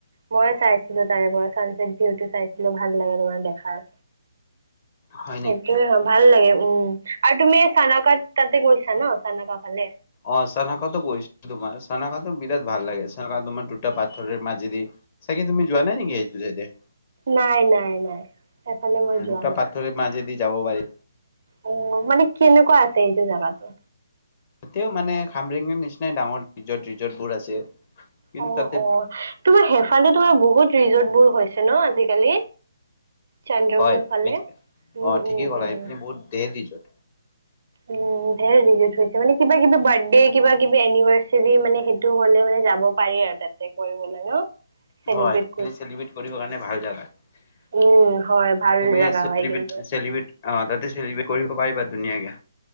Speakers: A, on the right (about 50°); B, on the left (about 30°).
A: মই চাইছিলো তাৰে পৰা চানচেট ভিউটো চাইছিলো ভাল লাগে তোমাৰ দেখাত।
B: হয় নেকি?
A: সেইটোয়ে হয় ভাল লাগে উম আৰু তুমি চানকাত তাতে গৈছা ন? চানকা ফালে
B: অ চানকাটো গৈছো তোমাৰ চানকাটো বিৰাট ভাল লাগে চ তোমাৰ দুটা পা মাজেদি চাগে তুমি যোৱা নাই নেকি এইতু চাইডে।
A: নাই, নাই, নাই এফালে মই যোৱা
B: দুটা
A: নাই।
B: পাথৰে মাজেদি যাব পাৰি
A: উ মানে কেনেকুৱা আছে এইটো জেগাতো?
B: এতিয়াও মানে খামৰেঙৰ নিচিনাই ডাঙৰ ডাঙৰ ৰিজৰ্ট ৰিজৰ্ট বোৰ আছে। কিন্তু
A: অ
B: তাতে
A: অ তোমাৰ সেফালে তোমাৰ বহুত ৰিজৰ্ট বোৰ হৈ হৈছে ন আজিকালি চন্দ্ৰপুৰ
B: হয় তুমি
A: ফালে
B: ঠিক
A: উম
B: অ ঠিকেই
A: উম
B: ক'লা
A: উম।
B: সেইপিনে বহুত ধেৰ ৰিজৰ্ট
A: উম ঢেৰ ৰিজৰ্ট হৈছে মানে কিবা কিবি বাৰ্থডে কিবা কিবি এনিভাৰ্চাৰী মানে সেইটো হ'লে মানে যাব পাৰি। আৰু তাতে কৰিব লাগে। চেলিব্ৰেট
B: অ, সেইফালে চেলিব্ৰেট কৰিব কাৰণে ভাল জাগা। তুমি
A: উম হয় ভাল জাগা
B: চেলিব্ৰেত
A: হয় কিন্তু
B: চেলিব্ৰেটি অ, তাতে চেলিব্ৰেট কৰিব পাৰিবা ধুনীয়াকে।